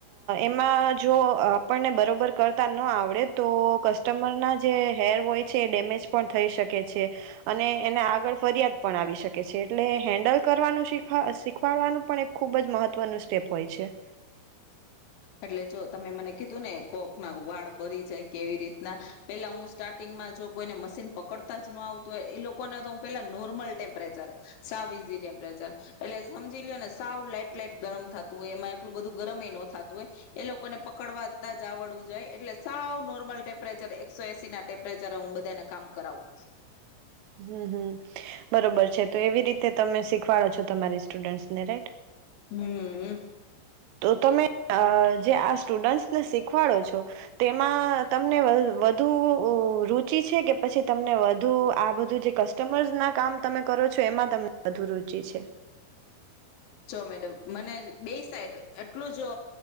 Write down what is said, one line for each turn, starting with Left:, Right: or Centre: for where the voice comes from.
Right: એમાં જો આપણને બરાબર કરતા ન આવડે તો કસ્ટમરના જે હેર હોય છે એ ડેમેજ પણ થઈ શકે છે, અને એને આગળ ફરિયાદ પણ આવી શકે છે એટલે હેન્ડલ કરવાનું શીખ શીખવાડવાનું પણ એક ખૂબ જ મહત્ત્વનું સ્ટેપ હોય છે.
Left: એટલે જો તમે મને કીધું ને કોક ના વાળ બરી જાય કેવી રીતના પેલા હું સ્ટાર્ટિંગમાં જો કોઈને મશીન પકડતા જ ન આવતું હોય એ લોકોને તો હું પેલા નોર્મલ ટેમ્પરેચર સાવીઝી ટેમ્પરેચર એટલે સમજી લ લો ને સાવ લાઈટ લાઈટ ગરમ થતું હોય એમાં એટલું બધું ગરમ નો થતું હોય એ લોકોને પકડવાતા જ આવડવું જો એટલે સાવ નોર્મલ ટેમ્પરેચર એક સો એસી ના ટેમ્પરેચર હું બધાને કામ કરાવું
Right: હમ હમ બરોબર છે તો એવી રીતે તમે શીખવાડો છો તમારી સ્ટુડન્ટસ ને રાઈટ
Left: હમ હ
Right: તો તમે જે આ સ્ટુડન્ટસને શીખવાડો છો તેમાં તમને વધુ રુચિ છે કે પછી તમને વધુ આ બધું જે કસ્ટમર્સ ના કામ તમે કરો છો એમાં તમને વધુ રુચિ છે
Left: જો મેડમ મને બે સાઈડ એટલું જ